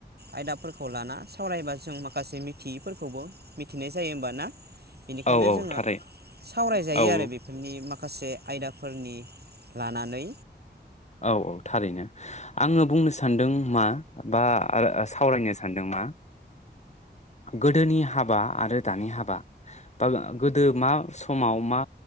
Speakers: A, on the right (about 60°); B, on the left (about 40°).
A: आयदाफोरखौ लाना सावरायबा जों माखासे मिथियैफोरखौबो मि मिथिनाय जायो होमबा ना बेनिखायनो
B: औ औ
A: जोङो
B: थारै
A: सावरायजायो
B: औ
A: आरो बेफोरनि माखा माखासे आयदाफोरनि लानानै
B: औ औ थारैनो आङो बुंनो सान्दों मा बा सावरायनो सानदों मा गोदोनि हाबा आरो दानि हाबा बा गोदो मा समाव मा